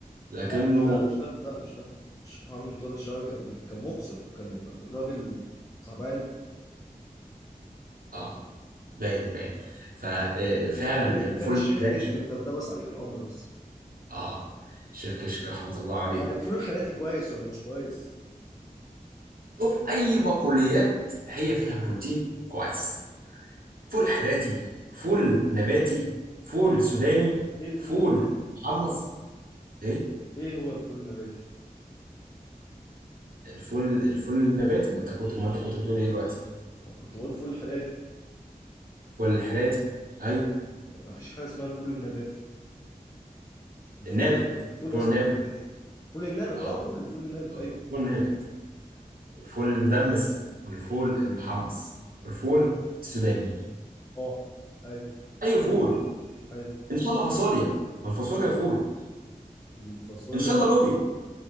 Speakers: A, on the right; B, on the left.
A: لكنه
B: لا مش ده مش ده لا مش ده الشيخ محمد طارق الشعبي كان كان مبصر كان راجل صاحب علم
A: اه باين باين ففعلا
B: التاني
A: الفول
B: التاني الشيخ
A: الحراتي
B: كشك انت التبس عليك الأمر بس
A: اه شيخ كشك رحمة الله عليه
B: يعني الفول الحراتي كويس ولا مش كويس؟
A: شوف أي بقوليات هي فيها بروتين كويس فول حراتي فول نباتي فول سوداني
B: ايه الفول
A: فول
B: النباتي؟
A: محمص ايه
B: ايه هو الفول النباتي؟
A: الفول الفول النباتي ما انت كنت ما انت كنت بتقول ايه دلوقتي
B: أنا كنت بقول فول حراتي
A: فول الحراتي ايوه
B: مفيش حاجة اسمها الفول النباتي الفول
A: النابت
B: أصلا الفول
A: فول
B: أصلا
A: نابت
B: نباتي الفول النابت
A: اه
B: اه قول الفول النابت
A: اه
B: ايوه
A: فول نابت الفول المدمس والفول المحمص والفول السوداني
B: اه ايوه
A: اي فول
B: ايوه
A: ان شاء الله فاصوليا ما الفاصوليا فول
B: الفاصوليا
A: ان شاء الله لوبيا